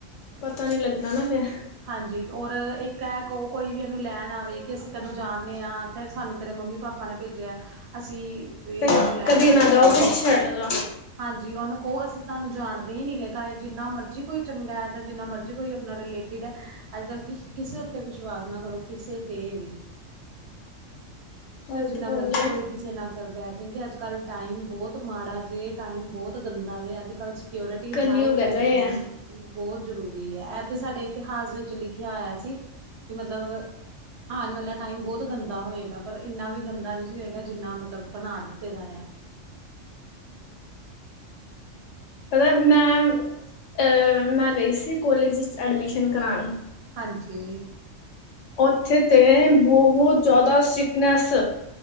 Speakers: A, on the left; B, on the right.
A: ਪਤਾ ਨੀ ਲੱਗਦਾ ਨਾ ਫੇਰ।
B: ਹਾਂਜੀ, ਔਰ ਇੱਕ ਐ ਕੋ ਕੋਈ ਵੀ ਐਹਨੂੰ ਲੈਣ ਆਵੇ ਕਿ ਅਸੀਂ ਤੈਨੂੰ ਜਾਣਨੇ ਆਂ ਤਾਏ ਸਾਨੂੰ ਤੇਰੇ ਮੰਮੀ-ਪਾਪਾ ਨੇ ਭੇਜਿਐ, ਅਸੀਂ
A: ਤੇ
B: ਤੈਨੂੰ ਲੈਣ
A: ਕਦੀ
B: ਆਏ
A: ਨਾ
B: ਤੂੰ
A: ਜਾਓ
B: ਚੱਲ
A: ਪਿੱਛੇ
B: ਲੈ
A: ਹਟ ਜੋ।
B: ਹਾਂਜੀ, ਓਹਨੂੰ ਕਹੋ ਅਸੀਂ ਤਾਨੂੰ ਜਾਣਦੇ ਈ ਨੀ ਗੇ, ਕਾਏ ਜਿੰਨਾ ਮਰਜ਼ੀ ਕੋਈ ਚੰਗੈ ਜਾਂ ਜਿੰਨਾ ਮਰਜ ਜੇ ਕੋਈ ਅਪਣਾ ਰਿਲੇਟਿਡ ਐ ਅੱਜ-ਕੱਲ੍ਹ ਕਿਸ਼ ਕਿਸੇ ਉੱਤੇ ਵਿਸ਼ਵਾਸ ਨਾ ਕਰੋ ਕਿਸੇ ਤੇ ਵੀ।
A: ਗਲਤ
B: ਚਾਏ ਜਿੰਨਾ
A: ਗੱਲ
B: ਮਰਜ਼ੀ ਕੋਈ
A: ਹੈ
B: ਕਿਸੇ ਨਾ ਕਰਦੈ। ਕਿਉਂਕਿ ਅੱਜ-ਕੱਲ੍ਹ ਟਾਈਮ ਬੋਤ ਮਾੜਾ ਜੇ, ਟਾਈਮ ਬੋਤ ਗੰਦਾ ਜੇ। ਅੱਜ-ਕੱਲ ਕਿਓਰਿਟੀ
A: ਕਲਯੁਗ
B: ਹਰ ਇੱਕ ਚੀਜ਼
A: ਹੈਗਾ
B: ਨੂੰ ਦੇਣੀ
A: ਆ
B: ਬੌਤ ਜ਼ਰੂਰੀ ਐ‌। ਐਤੇ ਸਾਡੇ ਇਤਿਹਾਸ ਵਿੱਚ ਲਿਖਿਆ ਹੋਇਆ ਸੀ ਕਿ ਮਤਲਬ ਆਨ ਵਾਲਾ ਟਾਈਮ ਬਹੁਤ ਗੰਦਾ ਹੋਏਗਾ ਪਰ ਇੰਨਾ ਵੀ ਗੰਦਾ ਨਹੀਂ ਸੀ ਹੋਏਗਾ ਜਿੰਨਾ ਮਤਲਬ ਬਨਾ ਦਿੱਤਾ ਤੇ ਗਾਇਆ
A: ਪਤਾ ਮੈਂ ਅਹ ਮੈਂ ਗਈ ਸੀ ਕੋਲੇਜ ਵਿੱਚ ਐਡਮਿਸ਼ਨ ਕਰਾਨ
B: ਹਾਂਜੀ।
A: ਉੱਥੇ ਤੇ ਬਹੁਤ ਜ਼ਿਆਦਾ ਸੀਕਨੈਸ